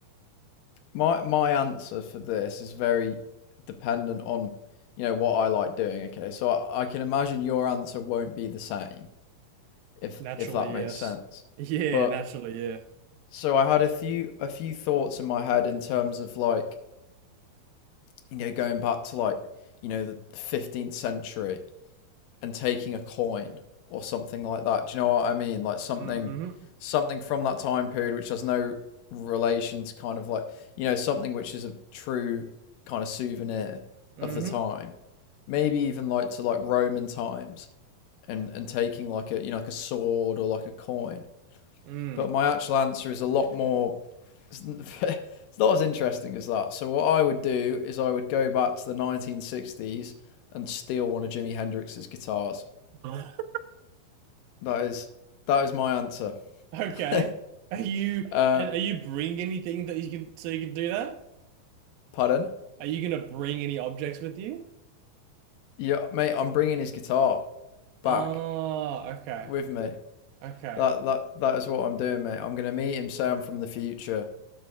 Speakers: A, on the left; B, on the right.
A: my my answer for this is very dependent on, you know, what I like doing. Okay, so I, I can imagine your answer won't be the same if
B: Naturally,
A: if that makes
B: yes.
A: sense.
B: <laughs> Yeah,
A: But
B: naturally, yeah.
A: so I had a few a few thoughts in my head in terms of like, you know, going back to like, you know, the 15th century and taking a coin or something like that. Do you know what I mean? Like something
B: hmm
A: something from that time period which has no relation to kind of like you know something which is a true kind of souvenir
B: hmm
A: of the time. Maybe even like to like Roman times and and taking like a you know like a sword or like a coin.
B: Mm.
A: But my actual answer is a lot more. It's <laughs> not as interesting as that. So what I would do is I would go back to the 1960s and steal one of Jimi Hendrix's guitars.
B: <laughs>
A: That is that is my answer.
B: Okay.
A: <laughs>
B: Are you
A: uh,
B: and are you bring anything that you can so you can do that?
A: pardon?
B: Are you gonna bring any objects with you?
A: Yeah, mate. I'm bringing his guitar back
B: Oh, okay.
A: with me.
B: Okay.
A: That that that is what I'm doing, mate. I'm gonna meet him, say I'm from the future,